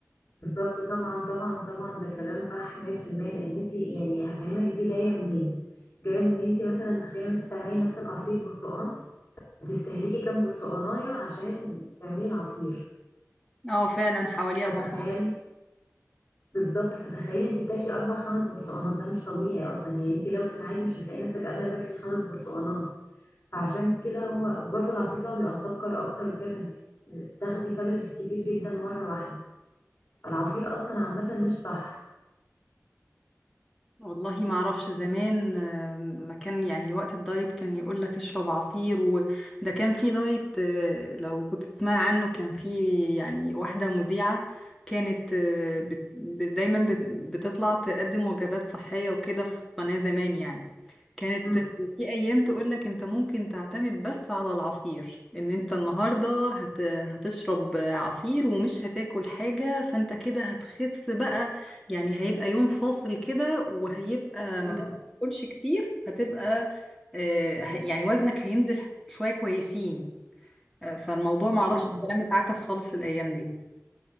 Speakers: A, on the left (about 40°); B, in the centre.
A: بالضبط طبعًا، طبعًا، طبعًا، ده كلام صح 100% لإن أنتِ يعني هافهمِك دي جاية منين، جاية من إن أنتِ مثلًا تخيلي أنتِ بتعملي لنفسِك عصير برتقان، هتستهلكي كام برتقاناية عشان تعملي العصير،
B: اه فعلا حوالي
A: فتخيلي
B: اربع خمس
A: بالضبط، فتخيلي أنتِ بتاكلي 4، 5 برتقانات، ده مش طبيعي أصلًا، يعني أنتِ لو في العادي مش هتلاقي نفسِك قادرة تاكلي 5 برتقانات، فعشان كده هو وبرضه العصير طبعًا بيبقى مسكر أكتر وكده، فأنتِ بتاخدي كالوريز كتير جدًا مرة واحدة، فالعصير
B: ثمرات
A: أصلًا عامةً مش صح.
B: والله ما اعرفش زمان آم، ما كان يعني وقت الدايت كان يقول لك اشرب عصير وده كان في دايت آه، لو كنت تسمع عنه كان في يعني واحدة مذيعة كانت آه،
A: إمم،
B: بت- ب- دايما بت- بتطلع تقدم وجبات صحية وكده في قناة زمان يعني كانت
A: إمم،
B: في ايام تقول لك انت ممكن تعتمد بس على العصير ان انت النهاردة هت... هتشرب عصير ومش هتاكل حاجة فانت كده هتخس بقى يعني هيبقى يوم فاصل كده وهيبقى ما
A: إمم.
B: دام ما تاكلش كتير هتبقى آه، ه- يعني وزنك هينزل شوية كويسين آه، فالموضوع معرفش
A: امم
B: الكلام اتعكس خالص الأيام دي